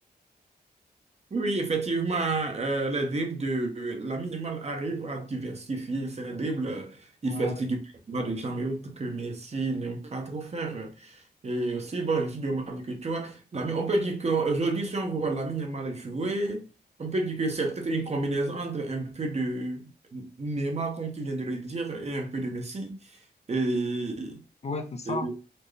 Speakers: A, on the right; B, on the left.
A: Oui, effectivement, euh, les dribbles de Lamine Yamal arrive à diversifier ses dribbles. euh,
B: Ouais,
A: Il fait aussi du bas de jambes et autres que Messi n'aime pas trop faire. Et aussi, bon, je suis de même avis que toi. Lamine- on peut dire qu'aujourd'hui, si on voit Lamine Yamal jouer, on peut dire que c'est peut-être une combinaison entre un peu de Neymar, comme tu viens de le dire, et un peu de Messi. Et
B: ouais, c'est ça.
A: Et